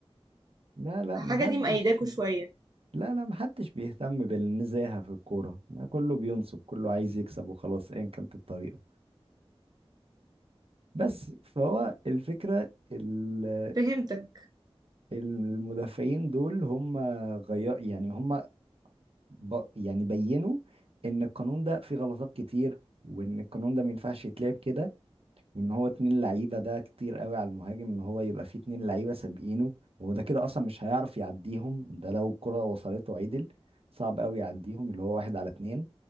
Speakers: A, on the right (about 65°); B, on the right (about 40°).
A: لا لا
B: الحاجة
A: محدش
B: دي مأيداكوا شوية
A: لا لا محدش بيهتم بالنزاهة في الكورة كله بينصب كله عايز يكسب وخلاص ايا كانت الطريقة بس فهو الفكرة ال-
B: فهمتك
A: المدافعين دول هم غير يعني هم ب... يعني بينوا ان القانون ده فيه غلطات كتير وان القانون ده ما ينفعش يتلعب كده وان هو اتنين لعيبه ده كتير قوي على المهاجم ان هو يبقى فيه اتنين لعيبه سابقينه وهو ده كده اصلا مش هيعرف يعديهم ده لو الكره وصلته عدل صعب قوي يعديهم اللي هو واحد على اتنين